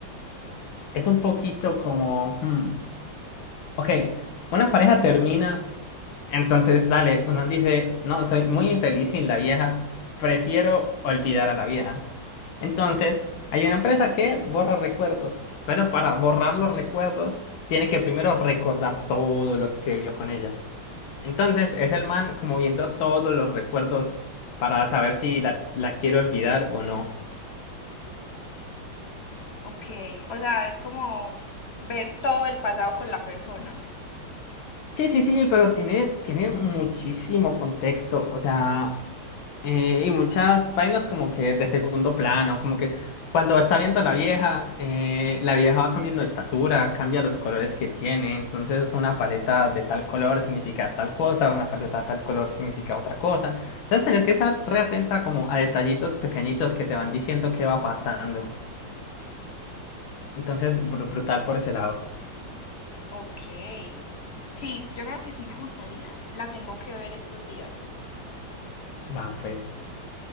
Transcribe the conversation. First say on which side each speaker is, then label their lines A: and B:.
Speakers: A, on the left; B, on the left.
A: es un poquito como. hmm, Ok, una pareja termina. Entonces, dale, un man dice: No, soy muy infeliz sin la vieja. Prefiero olvidar a la vieja. Entonces, hay una empresa que borra recuerdos. Pero para borrar los recuerdos, tiene que primero recordar todo lo que vio con ella. Entonces, es el man como viendo todos los recuerdos para saber si la, la quiere olvidar o no.
B: Ok, o sea, es como ver todo el pasado con la persona.
A: Sí, sí, sí, pero tiene, tiene muchísimo contexto, o sea, eh, y muchas vainas como que de segundo plano, como que cuando está viendo a la vieja, eh, la vieja va cambiando de estatura, cambia los colores que tiene, entonces una paleta de tal color significa tal cosa, una paleta de tal color significa otra cosa, entonces tenés que estar re atenta como a detallitos pequeñitos que te van diciendo qué va pasando, entonces bru- brutal por ese lado,
B: Ok. Sí, yo creo que sí me gustaría. La tengo que ver estos días.
A: va pues.